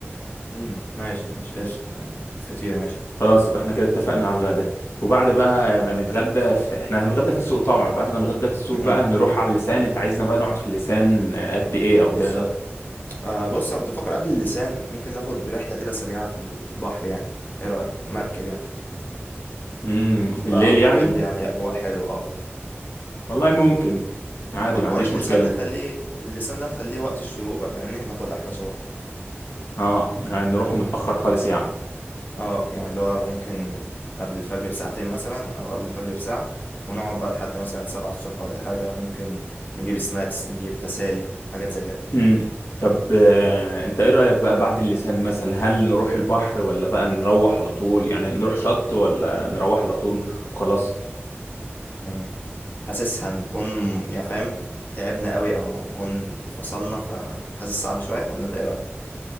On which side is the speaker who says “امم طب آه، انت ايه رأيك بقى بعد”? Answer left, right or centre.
Left